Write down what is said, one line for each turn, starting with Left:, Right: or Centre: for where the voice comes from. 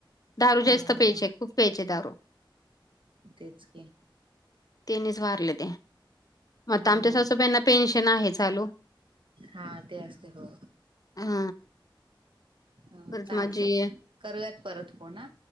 Left: दारू
Right: हा
Left: जास्त प्यायचे खूप प्यायचे दारू
Right: तेच की
Left: तेनीच वारले ते मग
Right: हा
Left: आमच्या
Right: हा
Left: सासूबाईंना पेन्शन आहे चालू
Right: हा ते असते. हो
Left: हा
Right: हा
Left: परत
Right: चालतय
Left: माझी
Right: करूयात परत फोन हा